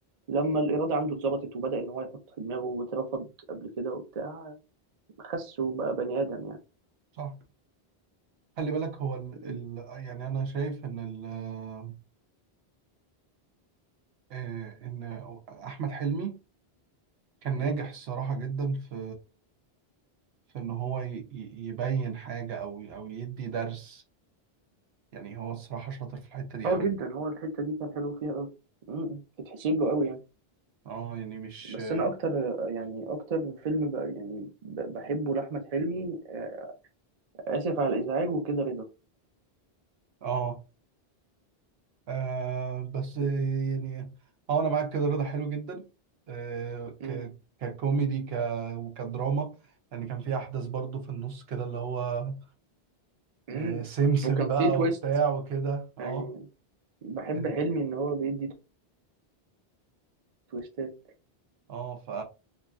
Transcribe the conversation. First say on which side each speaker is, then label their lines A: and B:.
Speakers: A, on the right; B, on the right.
A: لما الإرادة عنده اتظبطت وبدأ إن هو يحط في دماغه واترفض قبل كده وبتاع خس وبقى بني آدم يعني
B: صح خلي بالك هو ال...
A: م-
B: ال... يعني انا شايف ان ال... آه، ان احمد حلمي كان ناجح
A: م.
B: الصراحة جدا في في ان هو ي... ي- يبين حاجة او او يدي درس يعني هو الصراحة شاطر في الحتة دي
A: اه
B: قوي
A: جدا هو الحتة دي كان حلو فيها أوي م- م. تتحسب له أوي يعني
B: اه يعني مش
A: بس انا اكتر يعني اكتر فيلم بقى يعني ب- بحبه لاحمد حلمي آه، اسف على الازعاج وكده رضا
B: اه آه بس يعني اه انا معاك كده رضا حلو جدا آه
A: امم
B: ك ككوميدي ك وكدراما يعني كان في احداث برضو في النص كده اللي هو
A: امم
B: آه سمسم
A: وكان
B: بقى
A: فيه تويست
B: وبتاع وكده اه
A: يعني بحب
B: إن-
A: حلمي ان هو بيدي تويستات
B: اه ف